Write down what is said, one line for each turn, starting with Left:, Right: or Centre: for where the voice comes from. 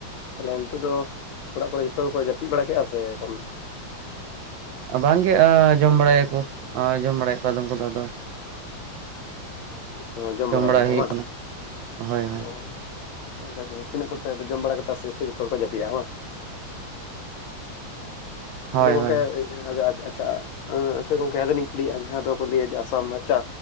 Left: ᱛᱟᱦᱚᱞᱮ ᱱᱤᱛᱚᱜ ᱫᱚ ᱚᱲᱟᱜ ᱠᱚᱨᱮ ᱡᱚᱛᱚ ᱦᱚᱲ ᱠᱚ ᱡᱟᱹᱯᱤᱫ ᱵᱟᱲᱟ ᱠᱮᱫᱼᱟ ᱥᱮ <unintelligible>
Right: ᱵᱟᱝᱜᱮ ᱟᱸ ᱡᱚᱢ ᱵᱟᱲᱟᱭᱟᱠᱚ ᱟᱸ ᱡᱚᱢ ᱵᱟᱲᱟᱭᱟ ᱠᱚ ᱟᱫᱚᱢ ᱠᱚᱫᱚ ᱟᱫᱚ
Left: ᱛᱚ ᱡᱚᱢ ᱵᱟᱲᱟᱭᱮᱫᱼᱟ
Right: ᱵᱟᱲᱟᱭ
Left: ᱠᱚ
Right: ᱦᱩᱭᱩᱜ
Left: ᱵᱟᱝ
Right: ᱠᱟᱱᱟ ᱦᱳᱭ ᱦᱳᱭ
Left: ᱚ <unintelligible> ᱛᱤᱱᱟᱹᱜ ᱠᱚᱛᱮ ᱡᱚᱢ ᱵᱟᱲᱟ ᱠᱟᱛᱮ ᱟᱥᱛᱮ ᱟᱥᱛᱮ ᱡᱚᱛᱚ ᱦᱚᱲ ᱠᱚ ᱡᱟᱹᱯᱤᱫ-ᱟ <unintelligible>
Right: ᱦᱳᱭ
Left: ᱟᱫᱚ ᱜᱚᱝᱠᱮ
Right: ᱦᱳᱭ
Left: ᱟᱫᱚ ᱟᱪᱪᱷᱟ ᱟᱪᱪᱷᱟ ᱜᱚᱝᱠᱮ ᱟᱫᱚᱞᱤᱧ ᱠᱩᱞᱤᱭᱟᱜᱼᱟ ᱡᱟᱦᱟᱸ ᱫᱚᱠᱚ ᱞᱟᱹᱭᱟ ᱟᱥᱟᱢ ᱢᱟ ᱪᱟ